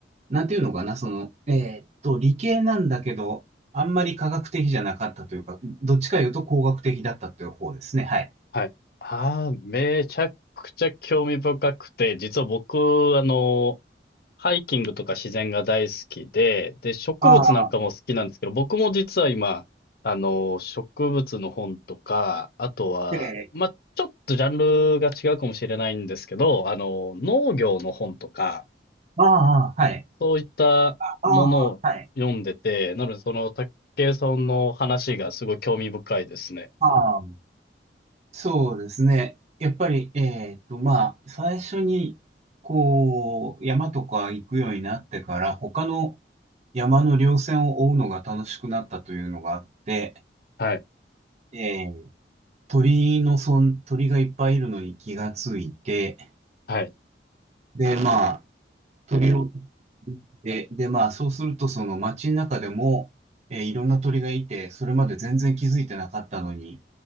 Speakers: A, on the right; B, on the left.
A: なんていうのかな、その、えーっと、理系なんだけど、あんまり科学的じゃなかったというか、どっちかいうと工学的だったという方ですね。はい。
B: はい。ああ、めちゃくちゃ興味深くて、実は僕、あの、ハイキングとか自然が大好きで、で、植物なんかも好きなんですけど、
A: ああ、
B: 僕も実は今、あの、植物の本とか、あとは、
A: で、
B: まあ、ちょっとジャンルが違うかもしれないんですけど、あの、農業の本とか、
A: ああ、はい。
B: そういったものを読んでて、
A: ああ、はい。
B: なのでその、竹井さんの話がすごい興味深いですね。
A: ああ、そうですね。やっぱり、えっと、まあ、最初に、こう、山とか行くようになってから、他の山の稜線を追うのが楽しくなったというのがあって、
B: はい、
A: えー鳥のそん、鳥がいっぱいいるのに気がついて、
B: はい、
A: で、まあ、鳥をで、で、まあ、そうすると、その街の中でも、えーいろんな鳥がいて、それまで全然気づいてなかったのに、